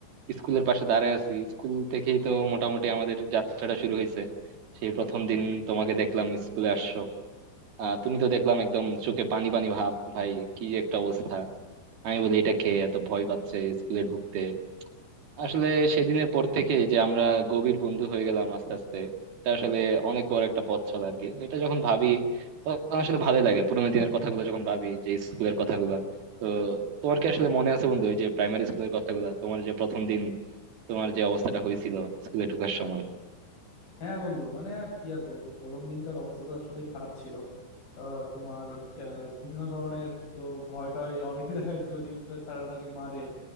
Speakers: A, on the right (about 60°); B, on the left (about 50°).
A: স্কুলের পাশে দাঁড়ায় আছি স্কুল থেকেই তো মোটামুটি আমাদের যাত্রাটা শুরু হয়েছে সেই প্রথম দিন তোমাকে দেখলাম স্কুলে আসছো আহ তুমি তো দেখলাম একদম চোখে পানি পানি ভাব ভাই কি যে একটা অবস্থা আমি বলি এটা খেয়ে এত ভয় পাচ্ছে স্কুলে ঢুকতে আসলে সেদিনের পর থেকে যে আমরা গভীর বন্ধু হয়ে গেলাম আস্তে আস্তে এটা আসলে অনেক বড় একটা পথ চলা আর কি এটা যখন ভাবি তখন আসলে ভালোই লাগে পুরোনো দিনের কথাগুলো যখন ভাবি যে স্কুলের কথাগুলো তো তোমার কি আসলে মনে আছে বন্ধু ওই যে প্রাইমারি স্কুলের কথাগুলো তোমার যে প্রথম দিন তোমার যে অবস্থাটা হয়েছিল স্কুলে ঢোকার সময়
B: হ্যাঁ বন্ধু মানে আর কি আর বলবো প্রথম দিনকার অবস্থা তো আসলে খারাপ ছিল আহ, তোমার আহ, বিভিন্ন ধরনের তো ভয় টয় অনেকে <laughs> দেখাইছিল যে স্কুলের স্যাররা নাকি মারে